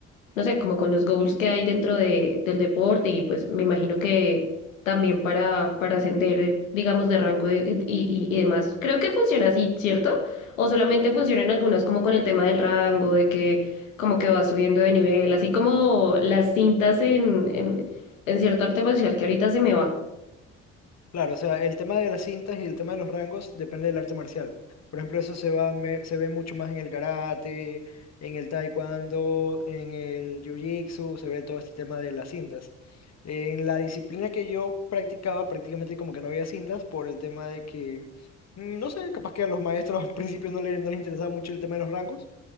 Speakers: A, on the left; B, on the left.
A: no sé, como con los goals que hay dentro de, del deporte y pues me imagino que también para, para ascender, digamos, de rango de- y, y, y demás. Creo que funciona así, ¿cierto? O solamente funcionan algunas como con el tema del rango, de que como que va subiendo de nivel, así como las cintas en, en, en cierto arte marcial que ahorita se me va.
B: Claro, o sea, el tema de las cintas y el tema de los rangos depende del arte marcial. Por ejemplo, eso se va, me- se ve mucho más en el karate, en el taekwondo, en el jiu-jitsu, se ve todo este tema de las cintas. En la disciplina que yo practicaba, prácticamente como que no había cintas por el tema de que, mm, no sé, capaz que a los maestros <laughs> al principio no les, no les interesaba mucho el tema de los rangos